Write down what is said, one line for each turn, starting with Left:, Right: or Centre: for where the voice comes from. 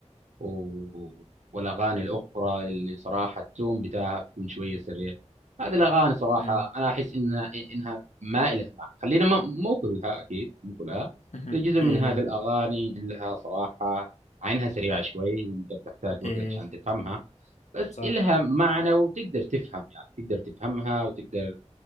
Right: و... والاغاني الاخرى اللي صراحه التون بتاعها بيكون شويه سريع هذه الاغاني صراحه
Left: مم.
Right: انا احس انها انها ما لها معنى خلينا ما... مو كلها اكيد مو كلها
Left: مهم.
Right: في جزء من
Left: إيه
Right: هذه الاغاني لها صراحه عينها سريعه شوي وانت بتحتاج وقت
Left: إيه
Right: عشان تفهمها بس
Left: صح
Right: إلها معنى وتقدر تفهم يعني تقدر تفهمها وتقدر